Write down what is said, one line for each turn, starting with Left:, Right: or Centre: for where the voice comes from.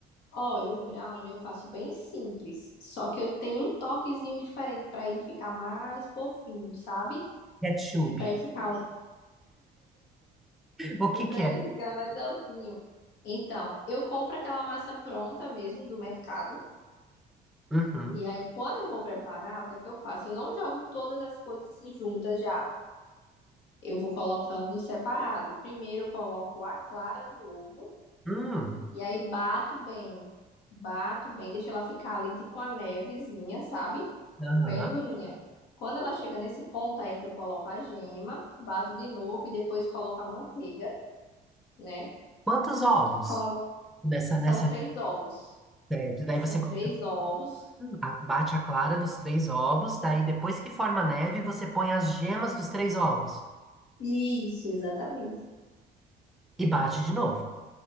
Left: olha, o brownie eu faço bem simples. Só que eu tenho um toquezinho diferente para ele ficar mais fofinho, sabe?
Centre: Ketchup.
Left: E para ele ficar um,
Centre: O que
Left: e para
Centre: que é?
Left: ele ficar mais altinho. Então, eu compro aquela massa pronta mesmo do mercado.
Centre: Uhum.
Left: E aí, quando eu vou preparar, o que é que eu faço? Eu não jogo todas as coisas assim juntas já. eu vou colocando separado. Primeiro eu coloco a clara do ovo
Centre: Hum,
Left: e aí bato bem. Bato bem, deixo ela ficar ali tipo uma nevezinha, sabe?
Centre: aham.
Left: Bem durinha. Quando ela chega nesse ponto, aí é que eu coloco a gema, bato de novo e depois coloco a manteiga, né?
Centre: Quantos ovos
Left: Colo...
Centre: nessa,
Left: São
Centre: nessa
Left: três ovos.
Centre: receita? Daí
Left: São
Centre: você coloca-
Left: três ovos.
Centre: a- bate a clara dos três ovos, daí depois que forma a neve, você põe as gemas dos três ovos
Left: Isso, exatamente.
Centre: e bate de novo.